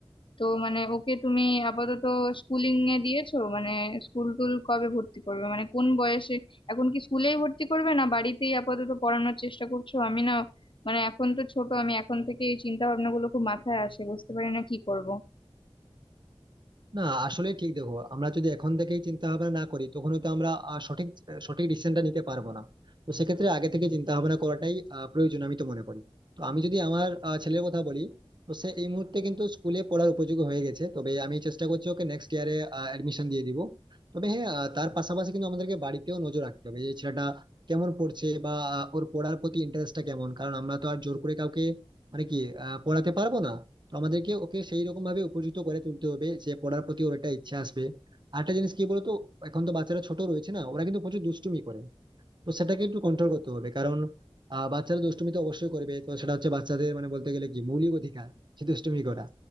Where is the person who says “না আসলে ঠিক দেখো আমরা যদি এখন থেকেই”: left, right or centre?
Right